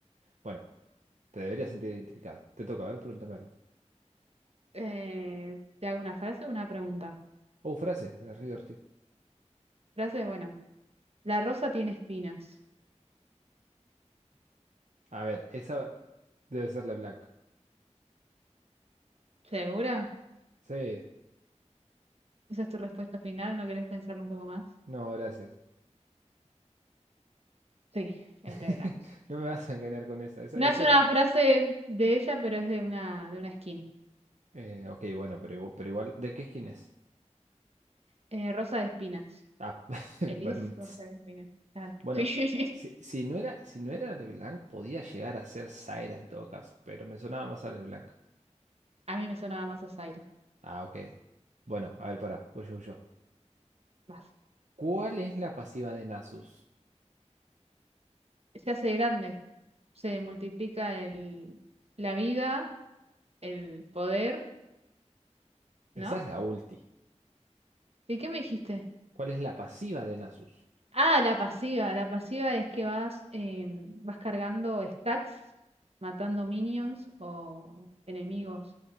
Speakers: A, on the right; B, on the right.
A: Bueno, te deberías sentir identificada. Te toca, a ver, pregúntame algo.
B: Eh, ¿te hago una frase o una pregunta?
A: Oh, frase, es re divertido.
B: Frase, bueno. La rosa tiene espinas.
A: A ver, esa debe ser la blanca.
B: ¿Segura?
A: Sí.
B: ¿Esa es tu respuesta final? ¿No querés pensarlo un poco más?
A: No, gracias.
B: Sí, es
A: <laughs>
B: Leblanc.
A: No me vas a engañar con esa. Esa,
B: No
A: esa
B: es una
A: era.
B: frase de ella, pero es de una, de una skin.
A: Eh, ok, bueno, pero igual, pero igual, ¿de qué skin es?
B: Eh, Rosa de Espinas.
A: Ah, <laughs>
B: Elis,
A: Barum.
B: Rosa de Espinas. Claro.
A: Bueno,
B: <laughs>
A: si, si no era, si no era LeBlanc, podía llegar a ser Zaira en todo caso, pero me sonaba más a LeBlanc.
B: A mí me sonaba más a Zaira.
A: Ah, ok. Bueno, a ver, pará, voy yo, voy yo.
B: Más.
A: ¿Cuál es la pasiva de Nasus?
B: Se hace grande. Se multiplica el, la vida, el poder,
A: Esa
B: ¿no?
A: es la ulti.
B: ¿Y qué me dijiste?
A: ¿Cuál es la pasiva de Nasus?
B: Ah, la pasiva. La pasiva es que vas, eh, vas cargando stacks, matando minions o enemigos.